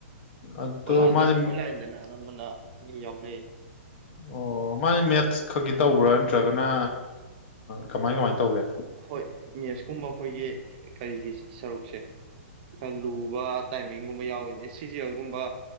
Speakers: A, on the left (about 55°); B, on the right (about 45°).
A: ꯑꯗꯣ
B: ꯑꯣꯟꯂꯥꯏꯟꯗ
A: ꯃꯥꯁꯦ
B: ꯑꯣꯟꯂꯥꯏꯟꯗꯅ ꯑꯅꯝꯕꯅ ꯃꯤ ꯌꯥꯎꯅꯩ
A: ꯑꯣ ꯃꯥꯁꯦ ꯃꯦꯠꯁ ꯈꯛꯀꯤ ꯇꯧꯕ꯭ꯔꯥ ꯅꯠꯇ꯭ꯔꯒꯅ ꯀꯃꯥꯏ ꯀꯃꯥꯏꯅ ꯇꯧꯒꯦ
B: ꯍꯣꯏ ꯃꯦꯠꯁꯀꯨꯝꯕ ꯑꯩꯈꯣꯏꯒꯤ ꯀꯔꯤꯒꯤ ꯁꯔꯨꯛꯁꯦ ꯈꯔ ꯂꯨꯕ ꯇꯥꯏꯃꯤꯡꯒꯨꯝꯕ ꯌꯥꯎꯋꯤꯗꯅ ꯁꯤ-ꯖꯤ-ꯑꯦꯜ ꯒꯨꯝꯕ